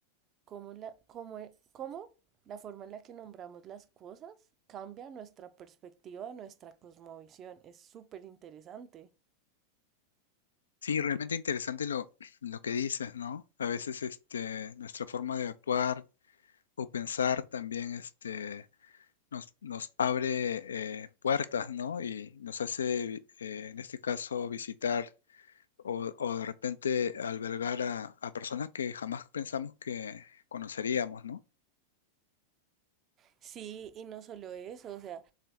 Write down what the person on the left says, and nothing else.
Sí, realmente interesante lo, lo que dices, ¿no? A veces este, nuestra forma de actuar o pensar también este, nos, nos abre eh, puertas, ¿no? Y nos hace, eh, en este caso, visitar o, o de repente albergar a, a personas que jamás pensamos que conoceríamos, ¿no?